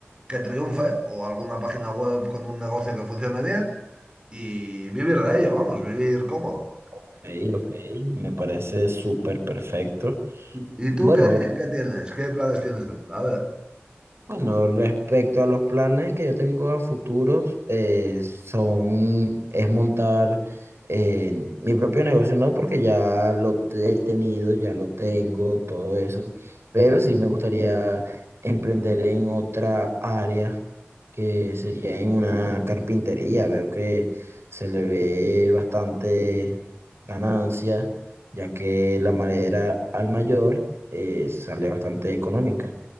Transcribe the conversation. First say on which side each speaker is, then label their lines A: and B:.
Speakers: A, on the right; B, on the right.
A: que triunfe o alguna página web con un negocio que funcione bien y vivir de ello, vamos, vivir cómodo.
B: Ok, ok, me parece súper perfecto.
A: ¿Y tú
B: Bueno,
A: qué, qué tienes? ¿Qué planes tienes tú? A ver.
B: Bueno, respecto a los planes que yo tengo a futuros, eh, son, es montar eh, mi propio negocio, no porque ya lo te- he tenido, ya lo tengo, todo eso, pero sí me gustaría emprender en otra área que sería en una carpintería. Veo que se le ve bastante ganancia, ya que la madera al mayor eh, sale bastante económica.